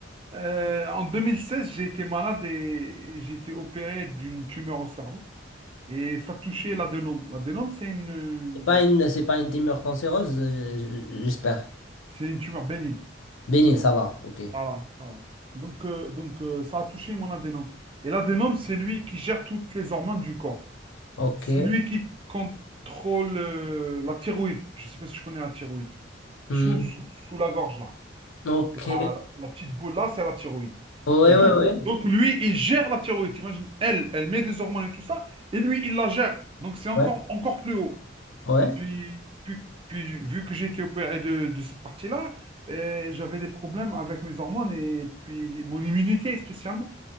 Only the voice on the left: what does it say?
C'est pas une,
c'est pas une tumeur cancéreuse, je- je- j'espère.
Béni, ça va, ok.
Ok.
hmm,
Ok.
Ouais,
ouais, ouais.
Ouais,
ouais,